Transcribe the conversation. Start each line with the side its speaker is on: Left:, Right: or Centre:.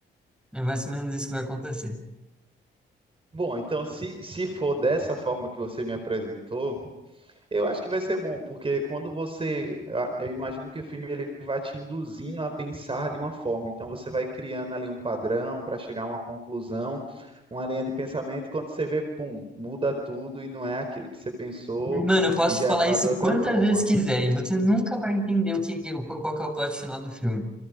Centre: É mais ou menos isso que vai acontecer.
Right: Bom, então se, se for dessa forma que você me apresentou. Eu acho que vai ser bom, porque quando você, a- eu imagino que o filme ele vai te induzindo a pensar de uma forma, então você vai criando ali um padrão para chegar a uma conclusão, uma linha de pensamento, e quando você vê, pum, muda tudo e não é aquilo que você pensou
Centre: Mano, eu posso
Right: e já
Centre: falar
Right: está
Centre: isso
Right: de outra
Centre: quantas
Right: forma.
Centre: vezes quiser e você nunca vai entender o que, que- qual, qual que é o plot final do filme.